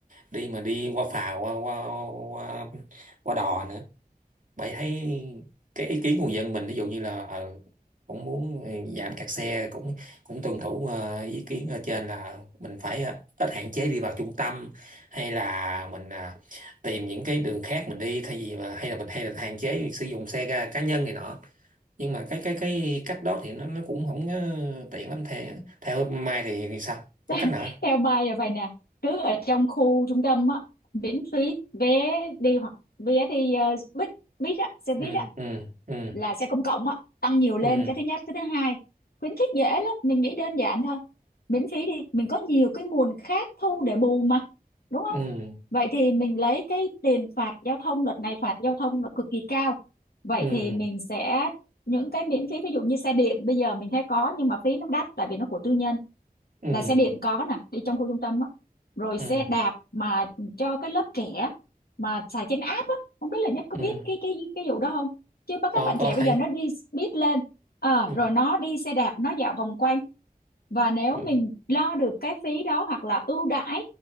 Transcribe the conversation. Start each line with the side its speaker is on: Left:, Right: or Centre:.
Right: đi mà đi qua phà qua qua qua, qua đò nữa bạn thấy cái ý kiến của người dân mình ví dụ như là ờ, cũng muốn ờ, giảm kẹt xe cũng cũng tuân thủ ờ, ý kiến ở trên là mình phải ờ, ít hạn chế đi vào trung tâm hay là mình à, tìm những cái đường khác mình đi thay vì mà hay là mình hay là hạn chế sử dụng xe ga cá nhân này nọ nhưng mà cái cái cái cách đó thì nó nó cũng không ờ, tiện lắm theo theo Mai thì, thì sao có
Left: <laughs>
Right: cách nào không?
Left: theo Mai là vậy nè cứ ở trong khu trung tâm á miễn phí vé đi hoặc vé đi uh, buýt buýt á xe buýt
Right: ừ
Left: á
Right: ừ ừ
Left: là xe công cộng á tăng nhiều lên
Right: ừ
Left: cái thứ nhất cái thứ hai khuyến khích dễ lắm mình nghĩ đơn giản thôi miễn phí đi mình có nhiều cái nguồn khác thu để bù mà đúng không
Right: ừ
Left: vậy thì mình lấy cái tiền phạt giao thông đợt này phạt giao thông là cực kỳ cao vậy
Right: ừ
Left: thì mình sẽ những cái miễn phí ví dụ như xe điện bây giờ mình thấy có nhưng mà phí nó đắt tại vì nó của tư nhân
Right: ừ
Left: là xe điện có nè đi trong khu trung tâm á rồi
Right: ừ
Left: xe
Right: ừ
Left: đạp mà cho cái lớp trẻ mà xài trên app á không biết là Nhất có
Right: ừ
Left: biết cái cái cái vụ đó không chứ bắt
Right: có
Left: các bạn trẻ
Right: có
Left: bây
Right: thấy
Left: giờ nó đi biết lên Ờ,
Right: ừ
Left: rồi nó đi xe đạp nó dạo vòng quanh và nếu
Right: ừ.
Left: mình lo được cái phí đó hoặc là ưu đãi